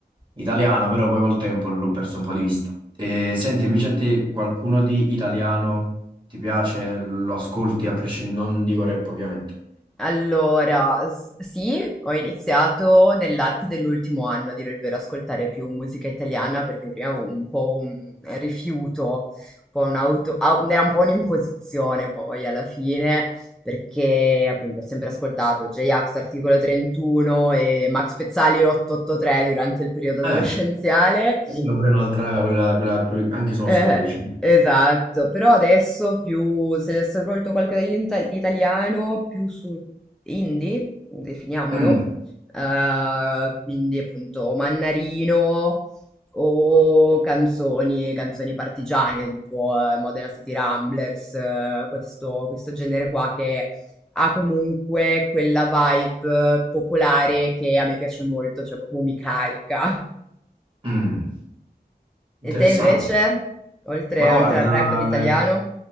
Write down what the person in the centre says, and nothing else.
Allora, s- sì, ho iniziato nell'arco dell'ultimo anno, a dire il vero, a ascoltare più musica italiana perché prima avevo un po' un rifiuto, un po' un'auto, au- era un po' un'imposizione poi alla fine, perché appunto ho sempre ascoltato J-Ax, Articolo 31 e Max Pezzali 883 durante il periodo adolescenziale
eh,
esatto, però adesso più, se adesso hai colto qualcosa di ita- di italiano, più su indie, definiamolo,
eh, quindi appunto Mannarino o canzoni, canzoni partigiane, tipo eh, Modena City Ramblers, eh, questo, questo genere qua che ha comunque quella vibe popolare che a me piace molto, cioè proprio mi carica.
E te invece, oltre
oltre al rap ed italiano?